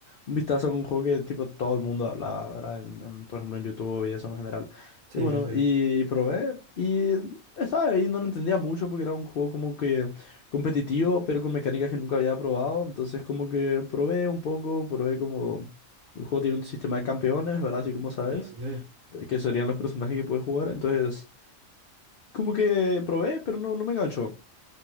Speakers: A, on the left (about 60°); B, on the right (about 80°).
A: un vistazo a un juego que tipo todo el mundo hablaba, ¿verdad? En- en, por ejemplo, en YouTube y eso en general.
B: Sí,
A: Y bueno,
B: sí, sí.
A: y probé y estaba ahí, no lo entendía mucho porque era un juego como que competitivo, pero con mecánicas que nunca había probado. Entonces como que probé un poco, probé como... El juego tiene un sistema de campeones, ¿verdad? Así como sabes
B: Sí, sí.
A: eh, que serían los personajes que puedes jugar. Entonces, como que probé, pero no, no me enganchó.